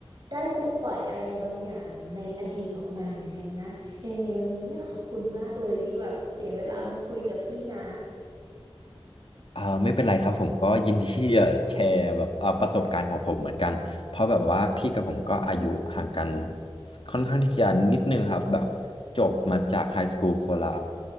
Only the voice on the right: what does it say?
ได้ปลดปล่อยอะไรบางอย่างในอดีตออกมาเหมือนกันนะยังไงวันนี้เนี่ยขอบคุณมากเลยที่แบบเสียเวลามาคุยกับพี่นะ